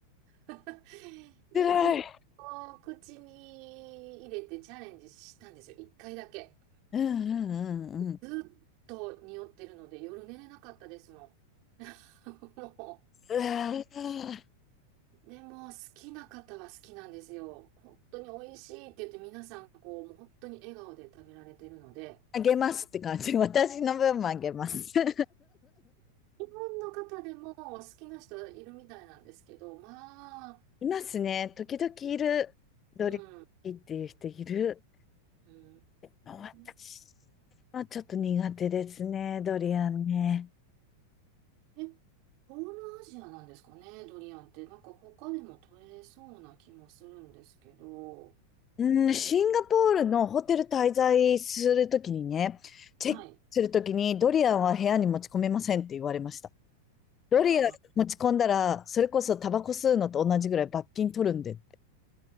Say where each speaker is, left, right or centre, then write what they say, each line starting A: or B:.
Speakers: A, on the right; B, on the left.
A: <laughs> 一度
B: 辛い。
A: 口に入れてチャレンジしたんですよ。一回だけ。
B: うんうんうんうん。う
A: ずっと匂ってるので夜寝れなかったですもん。<laughs> も
B: わー
A: う。でも好きな方は好きなんですよ。本当に美味しいって言って皆さんこう、もう本当に笑顔で食べられてるので、
B: あげますって感じ。私の分もあげます。<laughs>
A: 日本の方でも好きな人はいるみたいなんですけど、まあ、
B: いますね。時々いる。ドリアンっていう人いる。
A: うん。へえ
B: もう私
A: うん
B: はちょっと苦手ですね。ドリアンね。
A: え、東南アジアなんですかね、ドリアンって。なんか他でも取れそうな気もするんですけど。
B: うん、シンガポールのホテル滞在するときにね、チェックするときにドリアンは部屋に持ち込めませんって言われました。
A: はい。
B: ドリアン持ち込んだら、
A: あー、
B: それこそタバコ吸うのと同じぐらい罰金取るんでって。